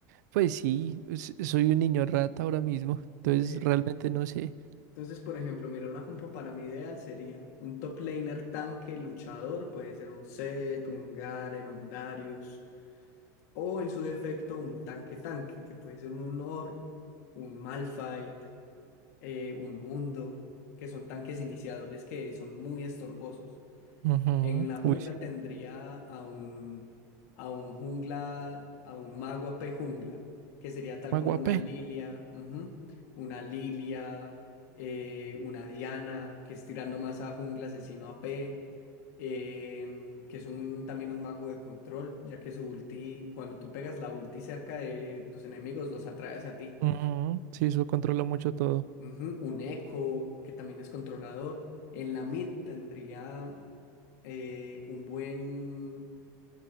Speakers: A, on the right (about 80°); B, on the left (about 65°).
A: Pues sí, es- soy un niño rata ahora mismo. Entonces
B: eh,
A: realmente no sé.
B: Entonces, por ejemplo, mira, una compo para mi ideal sería un top laner tanque luchador, puede ser un Zed, un Garen, un Darius, o en su defecto un tanque tanque, que puede ser un Ornn, un Malphite, eh, un Mundo, que son tanques iniciadores que son muy estorbosos.
A: Ujú,
B: En la jungla
A: Uy, sí.
B: tendría a un, a un jungla, a un mago AP jungla, que sería tal
A: Me
B: como
A: guapé.
B: una Lilia, ujú, una Lilia, eh, una Diana, que es tirando más a jungla asesino AP, em, que es un, también un mago de control, ya que su ulti, cuando tú pegas la ulti cerca de los enemigos, los atraes a ti.
A: Ujú, Sí, eso controla mucho todo.
B: Ujú, Un eco que también es controlador. En la mid tendría eh, un buen